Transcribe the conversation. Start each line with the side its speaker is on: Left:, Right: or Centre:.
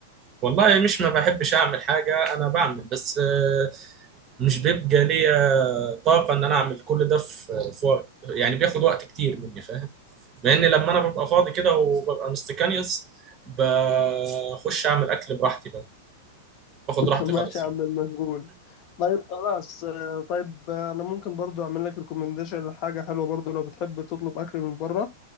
Right: والله مش ما بحبش أعمل حاجة أنا بعمل بس آه، مش بيبقى ليا طاقة إن أنا أعمل كل ده في في وقت يعني بياخد وقت كتير مني فاهم لأن لما أنا ببقى فاضي كده وببقى مستكانيوس بخش أعمل أكل براحتي بقى باخد
Left: <laughs>
Right: راحتي
Left: ماشي
Right: خالص
Left: يا عم المشغول طيب خلاص آه، طيب آه، انا ممكن برضو اعمل لك ريكومنديشن لحاجه حلوه برضو لو بتحب تطلب اكل من بره